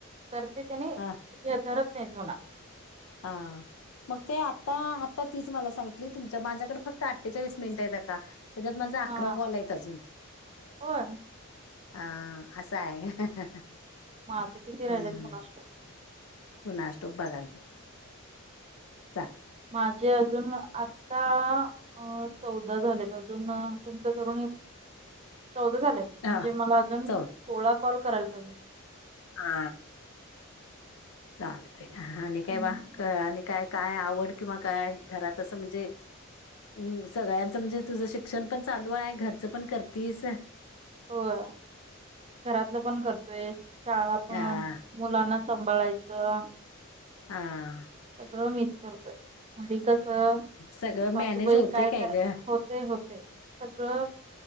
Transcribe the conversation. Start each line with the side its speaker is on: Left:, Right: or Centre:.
Right: तर ते त्याने
Left: हा
Right: हे धरत नाहीत येत म्हणा.
Left: हा. मग ते आता आता तीच मला सांगितली तुमच्या माझ्याकडे फक्त अठ्ठेचाळीस मिनिट आहेत अक्का. त्याच्यात माझं अकरा
Right: हा हा
Left: कॉल हायत अजून
Right: होय
Left: हा असं आहे का
Right: माझे किती राहिलेत
Left: हम्म
Right: कुणास ठाऊक
Left: कुणास ठाऊक बघायला अस हाय
Right: माझे अजून आता अ चौदा झालेत अजून तुमच धरून हे चौदा झाले. म्हणजे
Left: हा
Right: मला अजून
Left: चौदा
Right: सोळा कॉल करायला पाहिजेत.
Left: हा चाल तय आणि काय
Right: हम्म.
Left: बा काय आणि काय? काय आवड किंवा काय घरात असं म्हणजे उम्म सगळ्यांच म्हणजे, तुझं शिक्षण पण चालू आहे घरचं पण करतीस.
Right: होय. घरातलं पण करतोय शाळा पण
Left: ह
Right: मुलांना सांभाळायचं. <inaudible>
Left: हा
Right: सगळं मीच करतोय. घरी कसं
Left: सगळं
Right: सासूबाई
Left: मॅनेज होतय
Right: काय करा
Left: ग
Right: होतंय होतंय सगळं